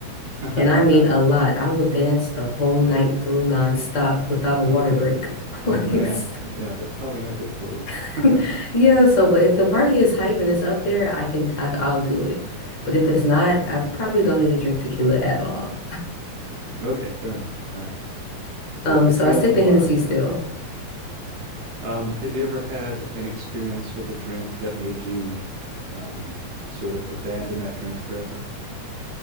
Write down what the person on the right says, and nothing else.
<laughs>
Okay.
Oh
man.
Yeah, that's probably not good for you.
<laughs>
Okay, fair enough. All right. So
if you're
feeling
the
vibe,
all right. Um, have you ever had an experience with a drink that made you um sort of abandon that drink forever?